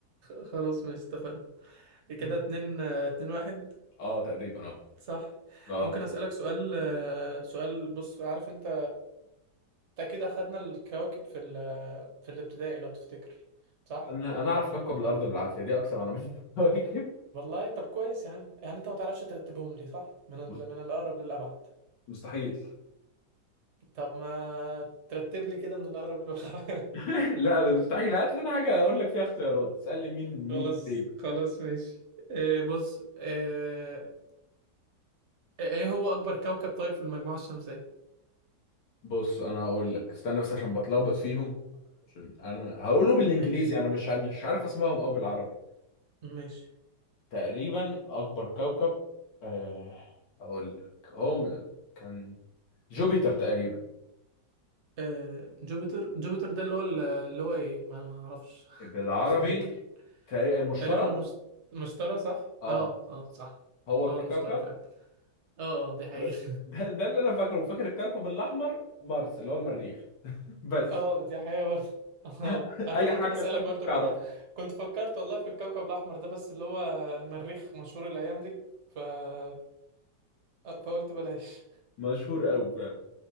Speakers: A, on the right; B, on the left.
A: خلاص ماشي اتفقنا
B: <laughs>
A: كده اتنين اتنين واحد
B: اه تقريبا اه
A: صح
B: اه
A: ممكن اسألك سؤال آه، سؤال بص عارف انت انت اكيد اخدنا الكواكب في ال... في الابتدائي لو تفتكر صح
B: انا انا اعرف كوكب الارض بالعافيه دي اكثر معلومات كواكب
A: والله طب كويس يا عم يعني انت ما تعرفش ترتبهم لي صح من ال...
B: مس-
A: من الاقرب للابعد
B: مستحيل
A: طب ما ترتب لي كده من الاقرب للابعد
B: <laughs> لا انا مستحيل هات لنا حاجه اقول لك فيها اختيارات تسال لي مين
A: <laughs> خلاص
B: مين فين
A: خلاص ماشي آه، بص آه، آه، ايه هو اكبر كوكب طيب في المجموعة الشمسية
B: بص انا هقول لك استنى بس عشان بتلخبط فيهم عشان انا هقوله بالانجليزي
A: ماشي
B: انا مش ع- مش عارف اسمائهم او بالعربي
A: ماشي
B: تقريبا اكبر كوكب آه، اقول لك هو م- كان جوبيتر تقريبا
A: آه، جوبيتر جوبيتر ده اللي هو اللي هو ايه ما ما اعرفش
B: بالعربي
A: <laughs> مش فاكر
B: تقريبا المشتري
A: تقريبا المش- المشتري صح
B: اه
A: اه اه صح
B: هو اكبر
A: هو المشتري
B: كوكب
A: فعلا اه اه دي حقيقة
B: ب- ده, ده اللي انا فاكره وفاكر الكوكب الاحمر مارس اللي هو المريخ
A: <laughs>
B: بس
A: اه دي حقيقة برضه <laughs> اه
B: <laughs>
A: انا كنت
B: اي حاجه
A: ممكن اسألك
B: تانية
A: برضه
B: تعرفها
A: كنت كنت فكرت والله في الكوكب الاحمر ده بس اللي هو المريخ مشهور الايام دي ف آه، فقلت بلاش
B: مشهور قوي فعلا